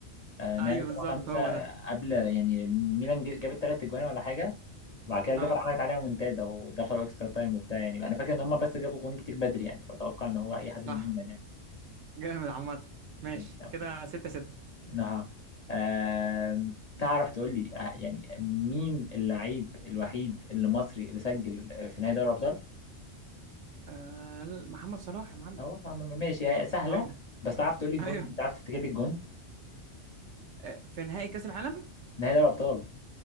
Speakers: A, on the left; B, on the right.
A: آه نهائي
B: ايوه
A: 2005
B: بالظبط هو ده
A: قبل يعني ميلان جابت ثلاث أجوان ولا حاجة بعد كده الليفر
B: اه
A: عملت عليها منتدى ودخلوا اكسترا تايم وبتاع يعني انا فاكر ان هم بس جابوا جون كتير بدري يعني فاتوقع ان هو اي حد
B: صح
A: من ميلان يعني
B: جامد عامة ماشي
A: يعني
B: كده ستة ستة
A: انها آم، تعرف تقول لي آه، يعني مين اللعيب الوحيد اللي مصري اللي سجل في نهائي دوري الابطال
B: آه محمد صلاح يا معلم
A: هو م- م- ماشي هي سهله
B: اه
A: بس تعرف تقول لي الجون
B: ايوه
A: يعني تعرف تفتكر لي الجون
B: آه في نهائي كأس العالم
A: نهائي دوري الابطال